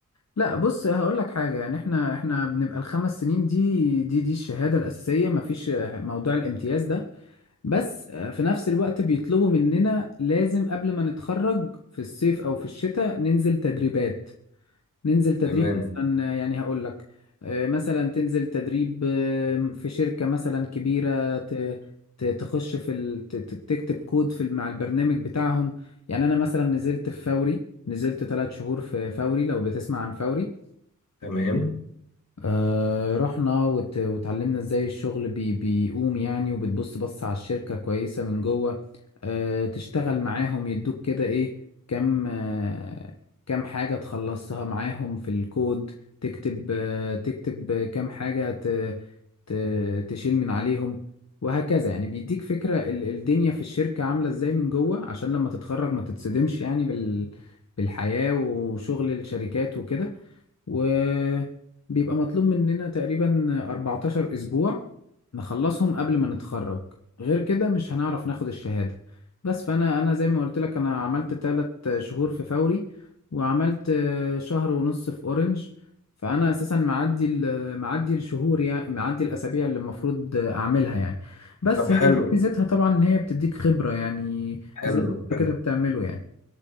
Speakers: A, on the left; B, on the left.
A: لا بص هقول لك حاجه يعني احنا احنا بنبقى الخمس سنين دي دي دي الشهاده الاساسيه مفيش موضوع الامتياز ده بس آه، في نفس الوقت بيطلبوا مننا لازم قبل ما نتخرج في الصيف او في الشتاء ننزل تدريبات ننزل تدريب
B: تمام
A: مثلا آه، يعني هقول لك آه، مثلا تنزل تدريب آه، في شركة مثلا كبيرة ت- ت- تخش في ال... ت- ت- تكتب كود في مع البرنامج بتاعهم يعني انا مثلا نزلت في فوري نزلت ثلاث شهور في فوري لو بتسمع عن فوري
B: تمام
A: آه رحنا وت... وتعلمنا ازاي الشغل بي... بيقوم يعني وبتبص بص على الشركة كويسة من جوه آه تشتغل معاهم يدوك كده ايه كم آه كم حاجة تخلصها معاهم في الكود تكتب آه تكتب كم حاجة ت... ت... تشيل من عليهم وهكذا يعني بيديك فكرة ال... الدنيا في الشركة عاملة ازاي من جوه عشان لما تتخرج ما تتصدمش يعني بال... بالحياة وشغل الشركات وكده وبيبقى مطلوب مننا تقريبا 14 أسبوع نخلصهم قبل ما نتخرج غير كده مش هنعرف ناخد الشهادة بس فأنا أنا زي ما قلت لك أنا عملت تلات شهور في فوري وعملت شهر ونص في أورنج فأنا أساسا معدي ال- معدي الشهور يعني معدي الأسابيع اللي المفروض أعملها يعني بس
B: طب حلو
A: هي دي ميزتها طبعا إن هي بتديك خبرة يعني
B: حلو
A: زي ما انتوا
B: حلو
A: كده بتعمله يعني